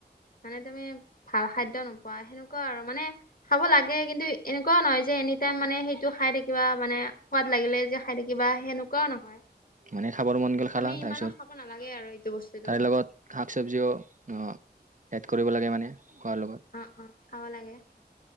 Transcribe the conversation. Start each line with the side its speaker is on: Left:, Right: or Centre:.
Left: মানে তুমি', ভাল খাদ্য নোপোৱা, সেনেকুৱা আৰু মানে', খাব লাগে, কিন্তু এনেকুৱাও নহয় যে এনি টাইম মানে সেইটো খাই থাকিবা মানে সোৱাদ লাগিলে যে', খাই থাকিবা সেনেকুৱাও নহয়,
Right: মানে খাবৰ মন গ'ল খালা
Left: আমি
Right: তাৰপিছত
Left: ইমানো খাব নালাগে আৰু এইটো বস্তুটো',
Right: তাৰে লগত শাক চব্জিও অ', এড কৰিব লাগে মানে খোৱাৰ লগত',
Left: অ', অ', খাব লাগে',